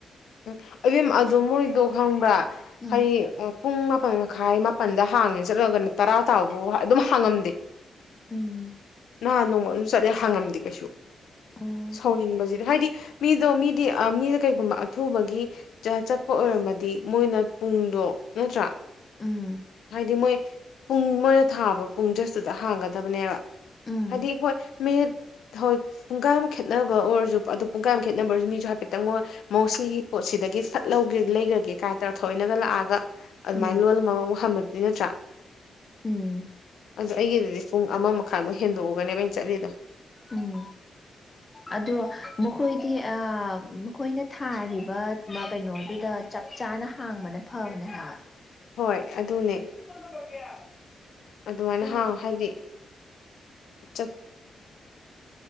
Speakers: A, on the left; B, on the left.
A: ꯎꯝ ꯏꯕꯦꯝꯃ ꯑꯗꯣ ꯃꯣꯏꯗꯣ ꯈꯪꯕ꯭ꯔꯥ
B: ꯎꯝ
A: ꯍꯥꯏꯗꯤ ꯄꯨꯡ ꯃꯥꯄꯟ ꯃꯈꯥꯏ ꯃꯥꯄꯟꯗ ꯍꯥꯡꯉꯦ ꯆꯠꯂꯒꯅꯦ ꯇꯔꯥ ꯇꯥꯕꯐꯥꯎ ꯑꯗꯨꯝ ꯍꯥꯡꯉꯝꯗꯦ
B: ꯎꯝ
A: ꯅ ꯅꯣꯡꯃ ꯑꯗꯨꯝ ꯆꯠꯂꯦ ꯍꯥꯡꯉꯝꯗꯦ ꯀꯩꯁꯨ
B: ꯑꯣ
A: ꯁꯧꯅꯤꯡꯕꯁꯤꯗꯤ ꯍꯥꯏꯗꯤ ꯃꯤꯗꯣ ꯃꯤꯗꯤ ꯃꯤꯅ ꯀꯩꯒꯨꯝꯕ ꯊꯨꯕꯒꯤ ꯆꯠꯄ ꯑꯣꯏꯔꯝꯃꯗꯤ ꯃꯣꯏꯅ ꯄꯨꯡꯗꯣ ꯅꯠꯇ꯭ꯔꯥ
B: ꯎꯝ
A: ꯍꯥꯏꯗꯤ ꯃꯣꯏ ꯄꯨꯡ ꯃꯣꯏꯅ ꯊꯥꯕ ꯄꯨꯡ ꯖꯁꯇꯨꯗ ꯍꯥꯡꯒꯗꯕꯅꯦꯕ
B: ꯎꯝ
A: ꯍꯥꯏꯗꯤ ꯍꯣꯏ ꯃꯤꯠ ꯍꯣꯏ ꯄꯨꯡꯒꯥꯏ ꯑꯃ ꯈꯦꯠꯅꯕ ꯑꯣꯏꯔꯁꯨ ꯑꯗꯨ ꯄꯨꯡꯒꯥꯏ ꯑꯃ ꯈꯦꯠꯅꯕꯔꯁꯨ ꯃꯤꯁꯨ ꯍꯥꯏꯐꯦꯠꯇꯪ ꯃꯣꯏ ꯃꯣ ꯁꯤꯒꯤ ꯄꯣꯠꯁꯤꯗꯒꯤ ꯐꯠ ꯂꯩꯈ꯭ꯔꯒꯦ ꯀꯥꯏꯅ ꯇꯧꯔ ꯊꯧꯑꯣꯏꯟꯀꯤꯒ ꯂꯥꯛꯑꯒ <unintelligible>
B: ꯎꯝ ꯎꯝ
A: ꯑꯗꯣ ꯑꯩꯒꯤꯗꯨꯗꯤ ꯄꯨꯡ ꯑꯃ ꯃꯈꯥꯏꯃꯨꯛ ꯍꯦꯟꯗꯣꯛꯑꯒꯅꯦꯕ ꯑꯩꯅ ꯆꯠꯂꯤꯗꯣ
B: ꯎꯝ ꯑꯗꯣ ꯃꯈꯣꯏꯗꯤ ꯑꯥ ꯃꯈꯣꯏꯅ ꯊꯥꯔꯤꯕ ꯀꯩꯅꯣꯗꯨꯗ ꯆꯞ ꯆꯥꯅ ꯍꯥꯡꯕꯅ ꯐꯕꯅ ꯍꯥꯏꯕ
A: ꯍꯣꯏ ꯑꯗꯨꯅꯦ
B: <unintelligible>
A: ꯑꯗꯨꯃꯥꯏꯅ
B: <unintelligible> ꯎꯝ
A: ꯍꯥꯡ ꯍꯥꯏꯗꯤ ꯆꯠ